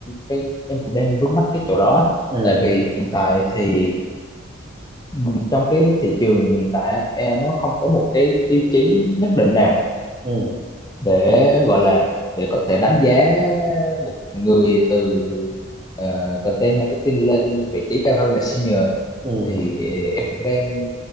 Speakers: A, on the left; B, on the right.
A: cái em cũng đang vướng mắc cái chỗ đó
B: ừ
A: tại vì hiện tại thì ừm, trong cái thị trường hiện tại á, e- nó không có một cái tiêu chí nhất định nào
B: ừ
A: để gọi là để có thể đánh giá một người từ ờ, content marketing lên vị trí cao hơn là senior
B: ừ
A: thì ờ, em cũng đang